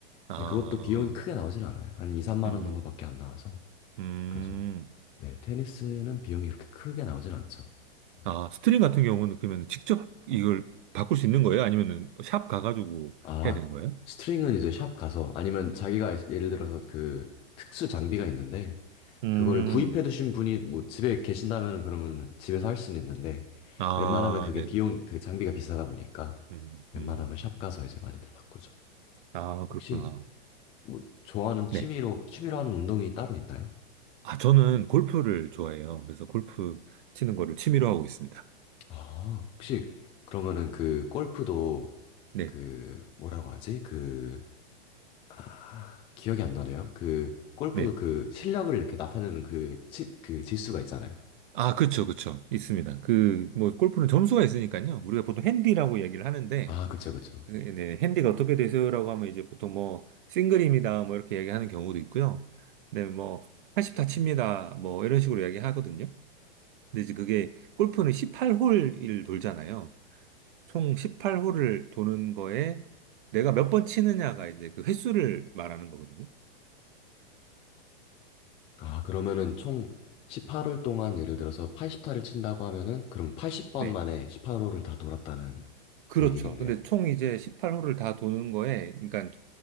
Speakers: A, on the right; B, on the left.
A: 아.
B: 근데 그것도 비용이 크게 나오진 않아요. 한 2, 3만
A: 음,
B: 원 정도밖에 안 나와서
A: 음.
B: 그래서 네, 테니스는 비용이 그렇게 크게 나오진 않죠. 그래서
A: 아, 스트링 같은 경우는 그러면 직접 이걸 바꿀 수 있는 거예요? 아니면은 샵 가가지고
B: 아,
A: 해야 되는 거예요?
B: 스트링은 이제 샵 가서 아니면 자기가 예, 예를 들어서 그 특수 장비가 있는데
A: 음,
B: 그거를 구입해 두신 분이 뭐 집에 계신다면 그러면 집에서 할 수는 있는데
A: 아,
B: 웬만하면 그게
A: 네네.
B: 비용 그 장비가 비싸다 보니까
A: 음,
B: 웬만하면
A: 음.
B: 샵 가서 이제 많이들 바꾸죠.
A: 아, 그렇구나.
B: 혹시 뭐 좋아하는 취미로
A: 네.
B: 취미로 하는 운동이 따로 있나요?
A: 아, 저는 골프를 좋아해요. 그래서 골프 치는 거를 취미로 하고 있습니다.
B: 아, 혹시 그러면은 그 골프도
A: 네,
B: 그 뭐라고 하지? 그 아, 기억이 안 나네요. 그 골프도
A: 네.
B: 그 실력을 이렇게 나타내는 그, 지, 그 지수가 있잖아요.
A: 아, 그쵸, 그쵸. 있습니다. 그, 뭐, 골프는 점수가 있으니까요. 우리가 보통 핸디라고 얘기를 하는데,
B: 아, 그쵸, 그쵸.
A: 그, 네, 핸디가 어떻게 되세요라고 하면 이제 보통 뭐 싱글입니다 뭐 이렇게 얘기하는 경우도 있고요. 네, 뭐80다 칩니다 뭐 이런 식으로 이야기하거든요. 근데 이제 그게 골프는 18홀을 돌잖아요. 총 18홀을 도는 거에 내가 몇 번 치느냐가 이제 그 횟수를 말하는 거거든요.
B: 아, 그러면은 총 18홀 동안 예를 들어서 80타를 친다고 하면은 그럼 80번
A: 네.
B: 만에 18홀을 다 돌았다는
A: 그렇죠.
B: 그 얘기겠네요.
A: 근데 총 이제 18홀을 다 도는 거에, 그러니까